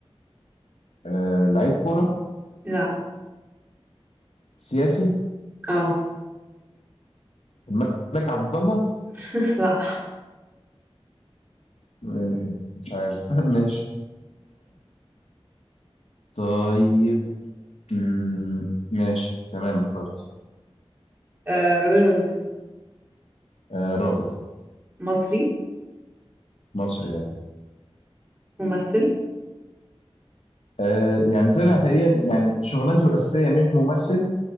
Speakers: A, on the left; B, on the right.
A: آه، لعيب كوره
B: لا
A: سياسي
B: اه
A: الملك عبد الله
B: <laughs> صح
A: آه، مش عارف <laughs> ماشي طيب مم، ماشي تمام اخترت
B: آه راجل ولا ست
A: آه، راجل
B: مصري
A: مصري يعني
B: ممثل
A: آه، يعني طلع تقريبا يعني شغلانته الاساسيه مش ممثل